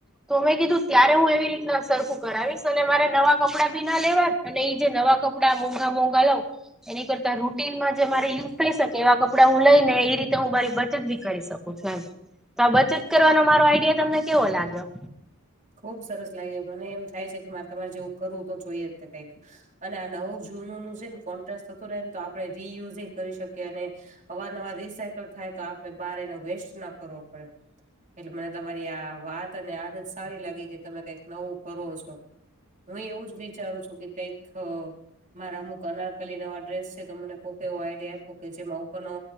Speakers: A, in the centre; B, on the right (about 35°).
A: તો મેં કીધું ત્યારે હું એવી રીતના સરખું. કરાવીશ અને મારે નવા કપડાં ભી ના લેવા અને એઈ જે નવા કપડા મોંઘા, મોંઘા લઉ. એની કરતા રૂટિનમાં જે મારે યુઝ થઈ શકે એવા કપડાં હું લઈને એ રીતે હું મારી બચત બી કરી શકું. <unintelligible> તો આ બચત કરવાનો મારો આઈડિયા તમને કેવો લાગ્યો.
B: ખુબ સરસ લાગ્યો, મને એમ થાય છે કે મારે તમારે જેવું કર. વું જોઈ તો કઈક, અને આ નવ જૂનનું છે ને કોન્ટ્રાસ્ટ થતું રહેને. રીયુઝ એ કરી શકીએ અને અવારનવાર રીસાયકલ થાય તો આપડે બહાર એનો વેસ્ટ ન કરવો પડે. એટલે મને તમારી આ વાત અને આદત સારી લાગી કે તમે કઈક નવું કરો છો. હું એ એવું જ વિચારું છું કે કઈક ખ મારા અમુક અનારકલી નવા ડ્રેસ છે તો મને કોકે એવો આઈડિયા આપો કે જેમાં ઉપરનો